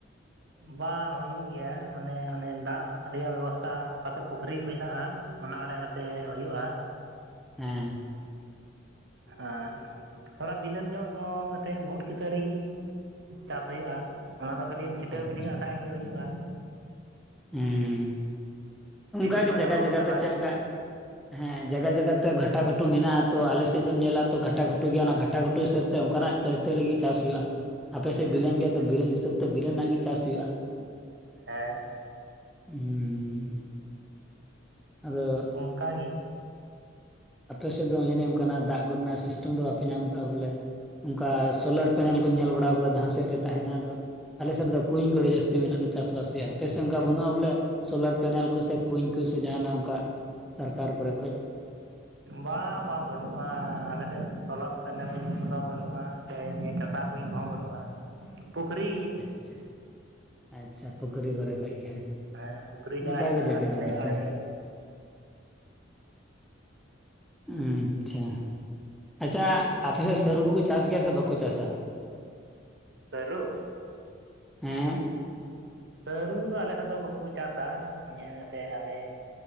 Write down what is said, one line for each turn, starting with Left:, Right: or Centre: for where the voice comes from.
Right: ᱵᱟ ᱦᱩᱭᱩᱜ ᱜᱮᱭᱟ ᱢᱟᱱᱮ ᱚᱱᱮ ᱫᱟᱜ ᱨᱮᱭᱟᱜ ᱵᱮᱵᱚᱥᱛᱟ ᱚᱠᱟᱥᱮᱜ ᱯᱩᱠᱷᱨᱤ ᱠᱚ ᱦᱮᱱᱟᱜᱼᱟ ᱚᱱᱟ ᱟᱲᱮ ᱟᱲᱮ ᱛᱮ ᱦᱩᱭᱩᱜᱼᱟ᱾
Centre: ᱦᱮᱸ
Right: ᱟᱨ ᱛᱷᱚᱲᱟ ᱵᱤᱞᱟᱹᱱ ᱧᱚᱜ ᱫᱚ ᱮᱛᱮᱜ ᱵᱷᱩᱴ, ᱠᱤᱥᱟᱹᱨᱤ ᱜᱤ ᱪᱟᱥ ᱦᱩᱭᱩᱜᱼᱟ᱾ ᱚᱱᱟᱫᱚ ᱠᱷᱟᱹᱞᱤᱢ ᱪᱷᱤᱴᱟᱹᱣ
Centre: ᱟᱪᱪᱷᱟ
Right: ᱜᱤᱰᱤ ᱠᱟᱜ ᱠᱷᱟᱡ ᱜᱮ ᱦᱩᱭᱩᱜᱼᱟ᱾
Centre: ᱦᱩᱸ ᱚᱝᱠᱟᱜᱮ
Right: ᱫᱤᱫᱤᱢᱟᱹᱱᱟᱹ
Centre: ᱡᱟᱜᱟ
Right: ᱦᱩᱲᱩ
Centre: ᱡᱟᱜᱟ
Right: ᱛᱟᱞᱟ
Centre: ᱛᱮ ᱪᱮᱜ
Right: ᱨᱮᱜᱮ
Centre: ᱞᱮᱠᱟ ᱦᱮᱸ ᱡᱟᱜᱟ ᱡᱟᱜᱟᱛᱮ ᱜᱷᱟᱴᱟ ᱜᱷᱩᱴᱩ ᱢᱮᱱᱟᱜᱼᱟ ᱛᱚ ᱟᱞᱮᱥᱮᱜ ᱫᱚᱢ ᱧᱮᱞᱟ ᱛᱚ ᱜᱷᱟᱴᱟ ᱜᱷᱩᱴᱩ ᱜᱮ ᱚᱱᱟ ᱜᱷᱟᱴᱟ ᱜᱷᱩᱴᱩ ᱦᱤᱥᱟᱹᱵᱽ ᱛᱮ ᱚᱝᱠᱟᱱᱟᱜ ᱪᱟᱹᱭᱛᱟᱞᱤ ᱜᱤ ᱪᱟᱥ ᱦᱩᱭᱩᱜᱼᱟ᱾ ᱟᱯᱮ ᱥᱮᱜ
Right: ᱦᱮᱸ
Centre: ᱵᱤᱞᱟᱹᱱ
Right: ᱪᱳᱭᱛᱟᱞᱤ
Centre: ᱜᱮᱭᱟ ᱛᱚ ᱵᱤᱞᱟᱹᱱ ᱦᱤᱥᱟᱹᱵ ᱛᱮ ᱵᱤᱞᱟᱹᱱᱟᱜ ᱜᱮ ᱪᱟᱥ ᱦᱩᱭᱩᱜᱼᱟ᱾
Right: ᱦᱮᱸ
Centre: ᱦᱩᱸ ᱟᱫᱚ
Right: ᱚᱝᱠᱟ ᱜᱮ
Centre: ᱟᱯᱮ ᱥᱮᱜ ᱫᱚ ᱚᱝᱠᱟᱱᱟᱜ ᱫᱟᱜ ᱠᱚᱨᱮᱱᱟᱜ ᱥᱤᱥᱴᱮᱢ ᱫᱚ ᱵᱟᱯᱮ ᱧᱟᱢ ᱠᱟᱜᱼᱟ ᱵᱚᱞᱮ ᱚᱝᱠᱟ ᱥᱳᱞᱟᱨ ᱯᱮᱱᱮᱞ ᱠᱚᱧ ᱧᱮᱞ ᱵᱟᱲᱟᱣ ᱠᱟᱫᱟ ᱡᱟᱦᱟᱸ ᱥᱮᱜ ᱨᱮ ᱛᱟᱦᱮᱱᱟ ᱟᱫᱚ ᱟᱞᱮᱥᱮᱜ ᱨᱮᱫᱚ ᱠᱩᱧ ᱠᱚ ᱟᱹᱰᱤ ᱡᱟᱹᱥᱛᱤ ᱢᱮᱱᱟᱜ ᱛᱮ ᱪᱟᱥᱵᱟᱥ ᱦᱩᱭᱩᱜᱼᱟ, ᱟᱯᱮ ᱥᱮᱜ ᱚᱝᱠᱟ ᱵᱟᱹᱱᱩᱜᱼᱟ ᱵᱚᱞᱮ? ᱥᱳᱞᱟᱨ ᱯᱮᱱᱮᱞ ᱠᱚ ᱥᱮ ᱠᱩᱧ ᱠᱚ ᱥᱮ ᱡᱟᱦᱟᱱᱟᱜ ᱚᱝᱠᱟ ᱥᱟᱨᱠᱟᱨ ᱠᱚᱨᱮ ᱠᱷᱚᱡ?
Right: ᱵᱟᱝ ᱵᱟᱝ ᱵᱟᱹᱱᱩᱜᱼᱟ ᱟᱞᱮᱥᱮᱜ ᱥᱳᱞᱟᱨ ᱯᱮᱱᱮᱞ ᱠᱚᱫᱚ ᱵᱟᱹᱱᱩᱜᱼᱟ᱾ ᱥᱮ ᱱᱤᱭᱟᱹ ᱠᱟᱥᱟ ᱠᱚᱧ ᱠᱚᱦᱚᱸ ᱵᱟᱹᱱᱩᱜᱼᱟ ᱯᱩᱠᱷᱨᱤ ᱜᱤ
Centre: ᱟᱪᱪᱷᱟ ᱟᱪᱪᱷᱟ ᱯᱩᱠᱷᱨᱤ ᱠᱚᱨᱮ ᱠᱷᱚᱡ ᱜᱮ᱾
Right: ᱦᱮᱸ ᱯᱩᱠᱷᱨᱤ
Centre: ᱚᱱᱠᱟᱜᱮ
Right: ᱡᱟ ᱦᱮᱱᱟᱜᱼᱟ
Centre: ᱡᱟᱭᱜᱟ ᱡᱟᱭᱜᱟ
Right: ᱤᱱᱟᱹ
Centre: ᱛᱮ
Right: ᱟᱲᱮ ᱛᱮᱜᱮ
Centre: ᱩ ᱟᱪᱪᱷᱟ ᱟᱪᱪᱷᱟ ᱟᱯᱮᱥᱮᱜ ᱥᱟᱹᱨᱩ ᱠᱚᱠᱚ ᱪᱟᱥ ᱜᱮᱭᱟ ᱥᱮ ᱵᱟᱠᱚ ᱪᱟᱥᱟ? <inaudible>
Right: ᱥᱟᱹᱨᱩ?
Centre: ᱦᱮᱸ
Right: ᱥᱟᱹᱨᱩ ᱫᱚ ᱟᱞᱮᱥᱮᱜ ᱫᱚ ᱵᱟᱹᱠᱚ ᱪᱟᱥᱟ ᱱᱤᱭᱟᱹ ᱮᱛᱮᱜ ᱟᱞᱮ